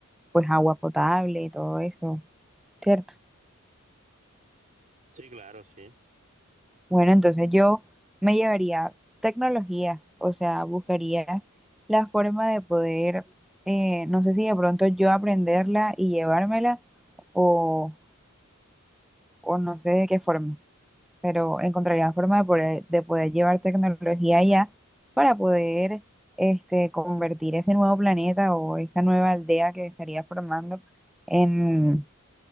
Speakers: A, in the centre; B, on the right (about 35°).
A: pues agua potable y todo eso, ¿cierto?
B: Sí, claro, sí.
A: Bueno, entonces yo me llevaría tecnología, o sea, buscaría la forma de poder, eh, no sé si de pronto yo aprenderla y llevármela o, o no sé de qué forma, pero encontraría la forma de poder, de poder llevar tecnología allá para poder este, convertir ese nuevo planeta o esa nueva aldea que estaría formando en,